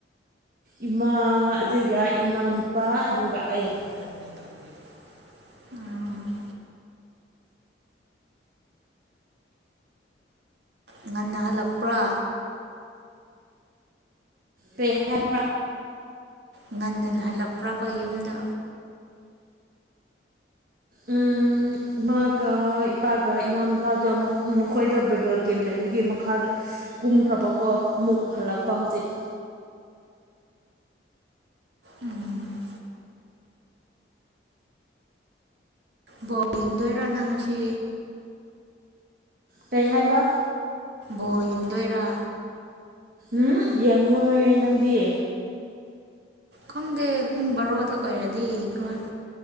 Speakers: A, on the right; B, on the right.
A: ꯏꯃꯥ ꯑꯗꯨꯒ ꯏꯅꯥꯎꯅꯨꯄꯥ ꯑꯗꯨꯒ ꯑꯩ
B: <unintelligible> ꯎꯝ ꯉꯟꯅ ꯍꯜꯂꯛꯄ꯭ꯔꯥ
A: ꯍꯥꯏꯕ꯭ꯔꯥ
B: ꯉꯟꯅ ꯍꯜꯂꯛꯄ꯭ꯔꯕ ꯌꯨꯝꯗ
A: ꯎꯝ ꯏꯃꯥꯒ ꯏꯄꯥꯒ ꯏꯅꯥꯎꯅꯨꯄꯥꯗ ꯃꯈꯣꯏꯗ ꯕꯦꯕꯦꯜ ꯀꯦꯝ ꯂꯩꯕꯒꯤ ꯃꯈꯥꯗ ꯀꯨꯝꯈ꯭ꯔꯕꯀꯣ ꯑꯃꯨꯛ ꯍꯜꯂꯛꯄ ꯍꯧꯖꯤꯛ
B: ꯎꯝ ꯕꯣꯜ ꯌꯦꯡꯗꯣꯏꯔꯥ ꯅꯪ ꯉꯁꯤ
A: ꯀꯩ ꯍꯥꯏꯕ
B: ꯕꯣꯜ ꯌꯦꯡꯗꯣꯏꯔꯥ
A: ꯎꯝ ꯌꯦꯡꯉꯣꯏ ꯅꯪꯗꯤ
B: ꯈꯪꯗꯦ ꯄꯨꯡ ꯕꯥꯔꯣꯗ ꯑꯣꯏꯔꯗꯤ ꯌꯦꯡꯈꯔꯣꯏ